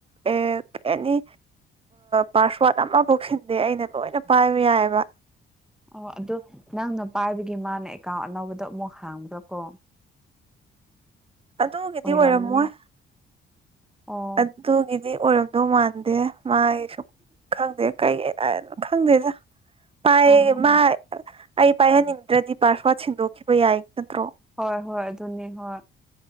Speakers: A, on the right; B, in the centre.
A: ꯑꯦ ꯑꯦꯅꯤ ꯄꯥꯁꯋꯥꯔꯗ ꯑꯃꯐꯧꯁꯤꯟꯗꯦ ꯑꯩꯅ ꯂꯣꯏꯅ ꯄꯥꯏꯕ ꯌꯥꯏꯑꯕ
B: ꯑꯣ ꯑꯗꯨꯗ ꯅꯪꯅ ꯄꯥꯏꯕꯒꯤ ꯃꯥꯅ ꯑꯦꯀꯥꯎꯟ ꯑꯅꯧꯕꯗꯣ ꯑꯃꯨꯛ ꯍꯥꯡꯕ꯭ꯔꯥ ꯀꯣ
A: ꯑꯗꯨꯒꯤꯗꯤ
B: ꯑꯣꯏꯔꯝꯅꯤ
A: ꯑꯣꯏꯔꯝꯃꯣꯏ
B: ꯑꯣ
A: ꯑꯗꯨꯒꯤꯗꯤ ꯑꯣꯏꯔꯝꯗꯧ ꯃꯥꯟꯗꯦ ꯃꯥꯒꯤ ꯁꯨꯝ ꯈꯪꯗꯦ ꯀꯩ ꯀꯩꯅ ꯈꯪꯗꯦꯖꯥ ꯄꯥꯏ
B: ꯑꯣ
A: ꯃꯥ
B: ꯑꯣ
A: ꯑꯩ ꯄꯥꯏꯍꯟꯅꯤꯡꯗ꯭ꯔꯗꯤ ꯄꯥꯔꯁ ꯄꯠ ꯁꯤꯟꯗꯣꯛꯈꯤꯕ ꯌꯥꯏ ꯅꯠꯇ꯭ꯔꯣ
B: ꯍꯣꯏ ꯍꯣꯏ ꯑꯗꯨꯅꯤ ꯍꯣꯏ